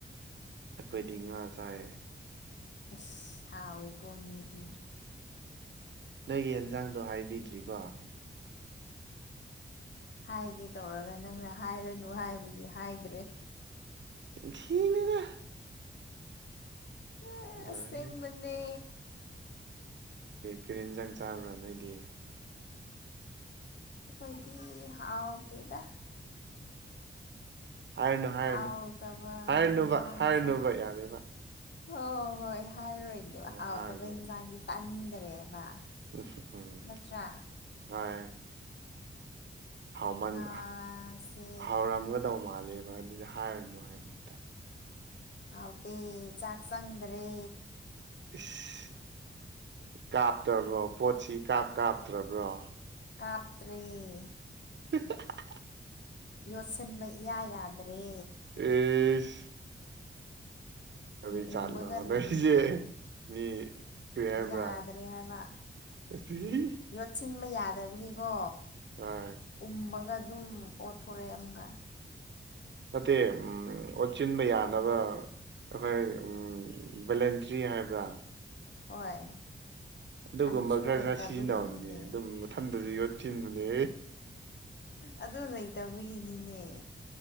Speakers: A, on the right; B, on the left.
A: ꯑꯩꯈꯣꯏꯗꯤ ꯉꯥ ꯆꯥꯏꯌꯦ
B: ꯑ ꯍꯥꯎꯋꯦꯀꯣꯃꯤꯗꯤ
A: ꯅꯪꯒꯤ ꯑꯦꯟꯖꯥꯡꯗꯣ ꯍꯥꯏꯕꯤꯗ꯭ꯔꯤꯀꯣ
B: ꯍꯥꯏꯒꯦ ꯇꯧꯔꯒ ꯅꯪꯅ ꯍꯥꯏꯔꯅꯨ ꯍꯥꯏꯕꯒꯤ ꯍꯥꯏꯗ꯭ꯔꯦ
A: ꯊꯅꯦꯒ
B: ꯑꯦ ꯑꯁꯦꯡꯕꯅꯦ
A: ꯂꯣꯏꯔꯦ ꯒ꯭ꯔꯤꯟꯖꯪ ꯆꯥꯕ꯭ꯔꯥ ꯅꯣꯏꯗꯤ
B: ꯀꯣꯏꯗꯤ ꯍꯥꯎꯗꯗ
A: ꯍꯥꯏꯔꯨꯅꯨ ꯍꯥꯏꯔꯨꯅꯨ
B: ꯍꯥꯎꯇꯕ
A: ꯍꯥꯏꯔꯅꯨꯕ
B: ꯍꯤꯟꯖꯥꯡ
A: ꯍꯥꯏꯔꯨꯅꯨꯕ
B: ꯆꯥꯏ
A: ꯌꯥꯔꯦꯕ
B: ꯍꯣꯏ ꯍꯣꯏ ꯍꯥꯏꯔꯣꯏꯒꯦꯕ
A: ꯍꯣꯏ
B: ꯍꯥꯎꯇꯕ
A: ꯍꯥꯏꯔꯅꯨꯕ
B: ꯏꯟꯁꯥꯡꯗꯤ ꯇꯥꯅꯤꯡꯗꯔꯦꯕ
A: ꯎ ꯎꯝ
B: ꯅꯠꯇ꯭ꯔꯥ
A: ꯍꯣꯏ ꯥꯎꯃꯟ
B: ꯉꯥꯁꯦ
A: ꯍꯥꯎꯔꯝꯒꯗꯧ ꯃꯥꯜꯂꯦꯕ ꯑꯗꯨꯗꯤ ꯍꯥꯏꯔꯨꯅꯨ ꯍꯥꯏꯕꯅꯤ ꯇꯥꯏ
B: ꯍꯥꯎꯇꯦ ꯆꯥꯛ ꯆꯪꯗ꯭ꯔꯦ
A: ꯏꯁ ꯀꯥꯞꯇ꯭ꯔꯕ꯭ꯔꯣ ꯄꯣꯠꯁꯤ ꯀꯥꯞ ꯀꯥꯞꯇ꯭ꯔꯕ꯭ꯔꯣ
B: ꯀꯥꯇ꯭꯭ꯔꯔꯤ
A: <unintelligible>
B: ꯌꯣꯠꯁꯤꯟꯕ ꯏꯌꯥ ꯌꯥꯗ꯭ꯔꯦ
A: ꯎ ꯄꯁ <unintelligible> ꯀꯕꯩ
B: ꯎꯝ
A: ꯆꯥꯠꯂꯣ
B: ꯎꯝꯃꯒ ꯑꯗꯨꯝ
A: ꯅꯣꯏꯁꯦ ꯃꯤ ꯀꯦꯔꯕ꯭ꯔꯥ
B: ꯌꯥꯗ꯭ꯔꯦ ꯍꯥꯏꯕ
A: ꯊ <unintelligible>
B: ꯌꯣꯠꯁꯤꯟꯕ ꯌꯥꯗꯕꯒꯤꯀꯣ
A: ꯍꯣꯏ
B: ꯎꯝꯒ ꯑꯗꯨꯝ ꯑꯣꯠꯊꯣꯔꯛꯑꯦ ꯑꯃꯒ
A: ꯅꯠꯇꯦ ꯎꯝ ꯑꯣꯠꯆꯤꯟꯕ ꯌꯥꯅꯕ ꯑꯩꯈꯣꯏ ꯕꯦꯂꯦꯟꯇ꯭ꯔꯤ ꯍꯥꯏꯕ꯭ꯔꯥ
B: ꯍꯣꯏ
A: ꯑꯗꯨꯒꯨꯝꯕ
B: ꯑꯗꯨꯁꯨ
A: ꯈꯔ
B: ꯂꯩꯇꯕꯒꯤꯅꯤꯅꯦ
A: ꯈꯔ ꯁꯤꯖꯤꯟꯅꯕꯅꯤ ꯑꯗꯨꯝ ꯃꯊꯟꯗꯁꯨ ꯌꯣꯠꯁꯤꯟꯕꯅꯦ
B: ꯑꯗꯨ ꯂꯩꯇꯕꯒꯤꯅꯤꯅꯦ